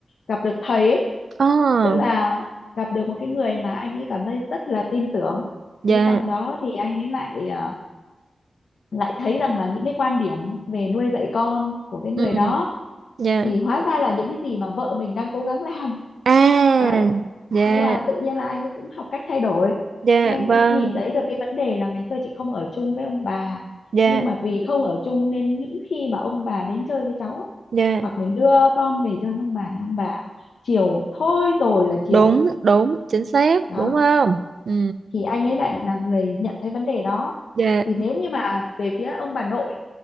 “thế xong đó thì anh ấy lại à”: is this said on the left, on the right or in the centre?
Left